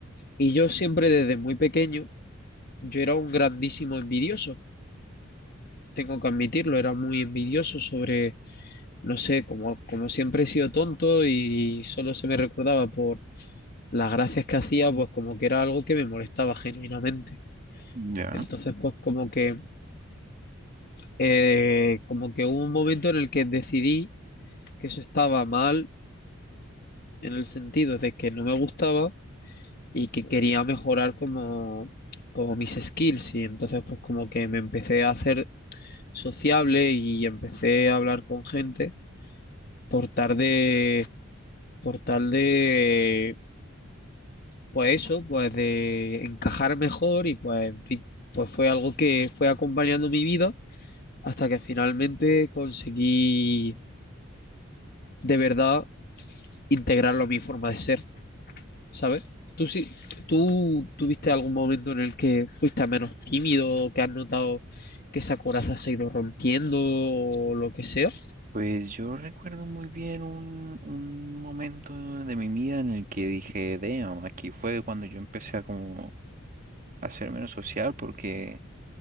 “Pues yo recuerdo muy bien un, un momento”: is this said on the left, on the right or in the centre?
Right